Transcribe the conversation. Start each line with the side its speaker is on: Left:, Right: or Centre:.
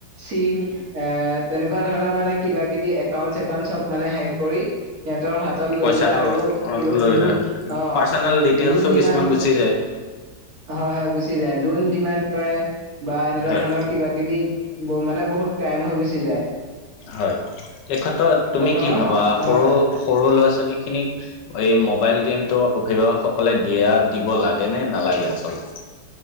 Right: চিম এ তেনেকুৱা ধৰণৰ মানে কিবা কিবি একাউন্ট একাউন্ট চব মানে হেক কৰি সিহঁতৰ হাতত লৈ
Left: পইচাটো
Right: লয় আৰু কিবা
Left: লৈ
Right: লো
Left: লয়
Right: অ'
Left: পাৰ্চনেল ডিটেইলছো
Right: লোন ডিমান-
Left: কিছুমান গুচি যায়
Right: হয় হয় গুচি যায়। লোন ডিমান কৰে বা এনেকুৱা
Left: হয়
Right: ধৰণৰ কিবা কিবা কিবি মানে বহুত ক্ৰাইম হৈ গুচি যায়।
Left: হয় এই ক্ষেত্ৰত তুমি
Right: বৰ্তমান
Left: কি ভাবা
Right: সম-
Left: সৰু,
Right: হয়
Left: সৰু ল'ৰা ছোৱালী খিনিক এই মোবাইল গেমতটো অভিভাৱকসকলে দিয়া দিব লাগে নে নালাগে আচলতে?